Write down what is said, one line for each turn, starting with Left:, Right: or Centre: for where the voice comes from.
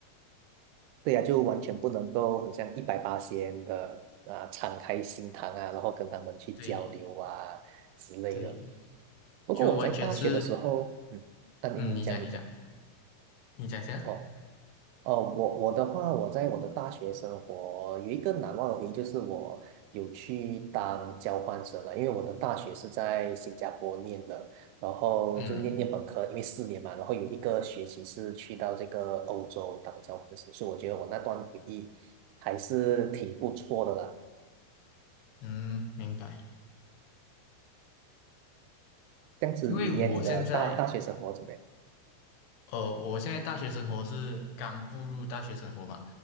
Right: 对呀、就完全不能够很像一百八仙的啊，敞开心膛啊，然后跟他们去交流啊之类的。
Left: 对对，
Right: 不过我在大学的时候，
Left: 就完全是，
Right: 嗯，那、啊你你讲你讲。
Left: 嗯，你讲你讲你讲先啊。
Right: 哦。哦，我我的话，我在我的大学生活有一个难忘的回忆，就是我有去当交换生了，因为我的大学是在新加坡念的，然后就是念念本科，
Left: 嗯
Right: 因为四年嘛，然后有一个学期是去到这个欧洲当交换生，所以我觉得我那段回忆还是挺不错的啦。
Left: 嗯，明白。
Right: 这样子你耶，
Left: 因为我现在
Right: 你的大大学生活怎么样？
Left: 呃，我现在大学生活是刚步入大学生活嘛，